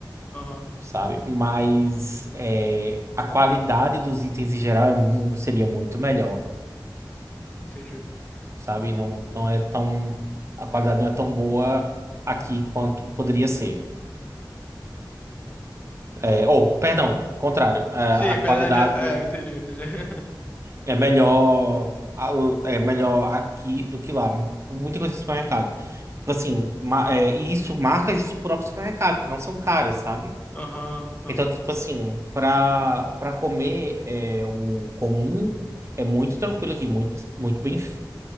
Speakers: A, on the left; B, on the right.
A: Aham,
B: sabe? Mas é, a qualidade dos itens em geral é mu- seria muito melhor,
A: entendi.
B: sabe? Não, não é tão, a qualidade não é tão boa aqui quanto poderia ser. É, ou, perdão, o contrário, a
A: Sim, a
B: a qualidade.
A: qualidade. É, é, eu entendi, eu entendi. <laughs>
B: É melhor, a- é melhor aqui do que lá. Muita coisa de supermercado. Tipo assim, ma- é, e isso marcas do próprio supermercado, que não são caras, sabe?
A: Aham, aham.
B: Então, tipo assim, pra, pra comer é, o comum é muito tranquilo aqui, muito, muito bem. f-